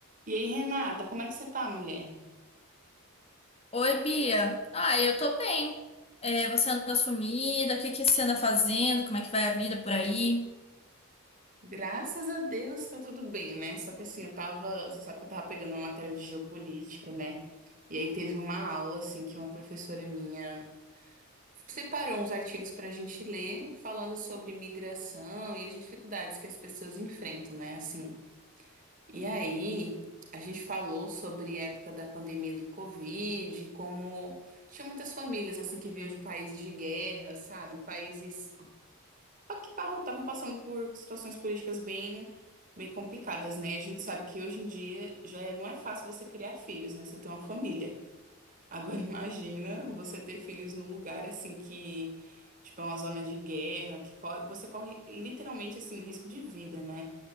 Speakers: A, on the right (about 35°); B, on the left (about 25°).
A: E aí, Renata, como é que você tá, mulher?
B: Oi, Bia. Ah, eu tô bem. É, você anda sumida? O que que você anda fazendo? Como é que vai a vida por aí?
A: Graças a Deus tá tudo bem, né? Só que assim, eu tava, você sabe que eu tava pegando uma matéria de geopolítica, né? E aí teve uma aula assim que uma professora minha separou uns artigos pra gente ler, falando sobre migração e as dificuldades que as pessoas enfrentam, né? Assim. E aí, a gente falou sobre a época da pandemia do Covid, como tinha muitas famílias assim que vinham de países de guerra, sabe? Países Pa- que par- estavam passando por situações políticas bem, bem complicadas, né? E a gente sabe que hoje em dia já é- não é fácil você criar filhos, né? Você ter uma família. Agora <laughs> imagina você ter filhos num lugar assim que, tipo, é uma zona de guerra, que co- você corre literalmente assim risco de vida, né?